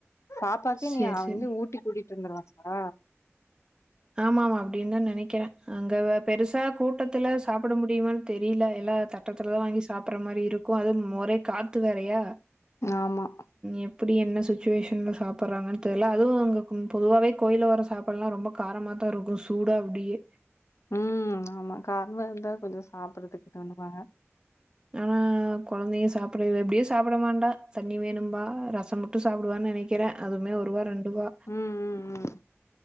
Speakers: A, on the left; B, on the right.
A: பாப்பாக்கு
B: சரி
A: நீ அள்ளி
B: சரி
A: ஊட்டி கூட்டிட்டு வருந்துருவாங்ளா
B: ஆமா ஆமா அப்பிடின் தா நெனைக்கிறேன் அங்க பெருசா கூட்டத்துல சாப்ட முடியுமானு தெரில எல்லா தட்டத்துல தா வாங்கி சாப்புற மாரி இருக்கும் அது முறை காத்து வேறயா
A: ஆமா
B: எப்டி என்ன செய் சேஷன்ல சாப்பறாங்கன் தெர்ல அதுவு அங்க பொதுவாவே கோயில்ல வர சாப்பால்லா ரொம்ப காரமாதா இருக்கும் சூடா குடியி
A: ம் ஆமா காரம்மா இருந்தா கொஞ்ச சாப்புறதுக் கனுவா
B: ஹ கெழந்தைங்க சாப்புடவே எப்டியோ சாப்புடமாட்டா தண்ணி வேணும்பா ரசம் மட்டு சாப்புடுவானு நினைக்கிறேன் அதுமே ஒருவா ரெண் டுவா
A: ம் ம் ம்